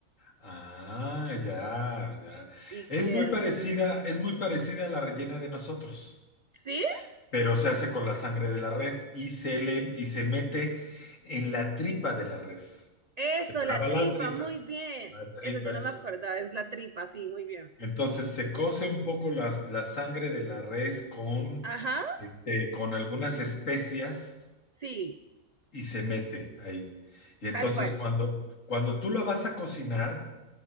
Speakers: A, on the left; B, on the right.
A: Ah, ya, ya.
B: Y
A: Es
B: queda
A: muy parecida,
B: así.
A: es muy parecida a la rellena de nosotros,
B: ¿Sí?
A: pero se hace con la sangre de la res y se le y se mete en la tripa de la res.
B: Eso,
A: Se
B: la
A: lava
B: tripa,
A: la tripa.
B: muy bien.
A: La tripa
B: Eso yo no
A: es.
B: me acordaba, es la tripa, sí, muy bien.
A: Entonces se cose un poco la, la sangre de la res con,
B: Ajá,
A: este, con algunas especias
B: sí,
A: y se mete ahí. Y entonces
B: tal cual.
A: cuando, cuando tú la vas a cocinar,